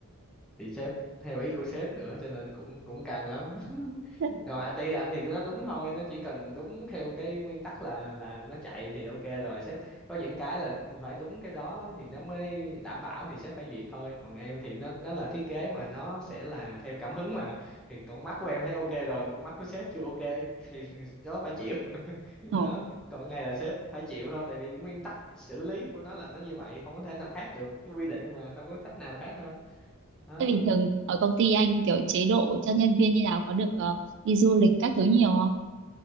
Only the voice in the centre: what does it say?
thì sếp theo ý của sếp nữa cho nên cũng cũng căng lắm <laughs>
còn IT anh thì nó đúng thôi nó chỉ cần đúng theo cái nguyên tắc là là nó chạy thì ok rồi sếp có những cái là phải đúng cái đó thì nó mới đảm bảo thì sếp phải duyệt thôi còn em thì nó nó là thiết kế mà nó sẽ là theo cảm hứng mà thì con mắt của em thấy ok rồi mà con mắt của sếp chưa ok <laughs> thì đó phải chịu <laughs>
đó còn cái này là sếp phải chịu thôi tại vì nguyên tắc xử lý của nó là nó như vậy không có thể nào khác được cái quy định mà đâu có cách nào khác đâu đó